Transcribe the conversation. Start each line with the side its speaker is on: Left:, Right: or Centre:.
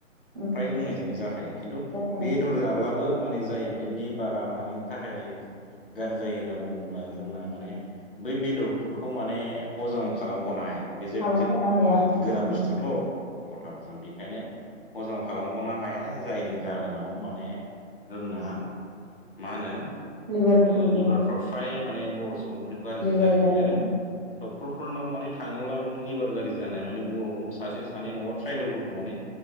Right: उम
Left: फ्राय लोंनायजोंनो जाखायो। खिन्थु
Right: जाखायो
Left: बेदर जाब्लाबो दाबो माने जायो माने लेबारा माने थाखाय गाज्रि जायो होनना बुङोब्ला जोंना माने बै बेदरफोरखौ माने ह जम खालामखनो हाया। बे जाहैबाय
Right: खालामख'नो
Left: मोनसे
Right: हाया
Left: गोरा
Right: औ
Left: बुस्थुथ' गथ'फोर बेखायनो हजम खालामखनो हाया। जायनि जाहोनाव माने जोंना मा होनो लिभारफ्राव
Right: लिभारनि प्रब्लेमा
Left: फ्राय माने बर' सुबुंफोर गाज्रि
Right: जायो
Left: जानाय नङा
Right: आरोना
Left: आरो डक्टरफोरनाव माने थाङोब्ला माने लेबार गाज्रि जानाय माने बर'फोरखौ सासे सानै नङाबा ट्राइबेलफोरखौ माने